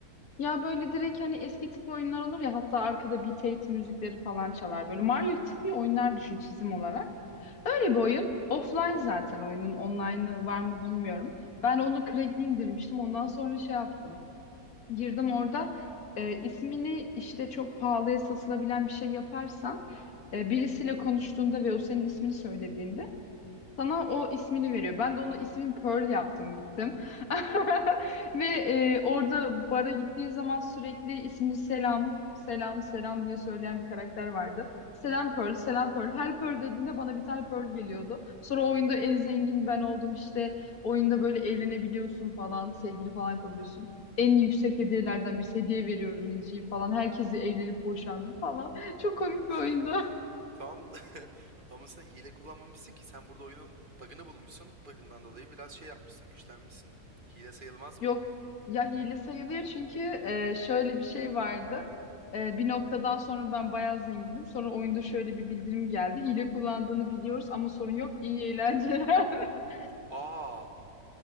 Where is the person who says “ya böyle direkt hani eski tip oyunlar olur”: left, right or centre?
Left